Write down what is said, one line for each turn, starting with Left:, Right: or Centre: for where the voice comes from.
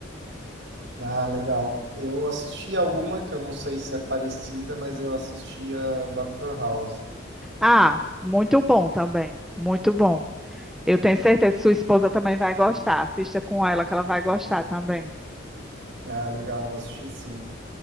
Right: Ah, legal. Eu assisti a uma que eu não sei se é parecida, mas eu assisti a Dr. House.
Centre: Ah, muito bom também, muito bom. Eu tenho certeza que sua esposa também vai gostar. Assista com ela que ela vai gostar também.
Right: Ah, legal, vou assistir sim.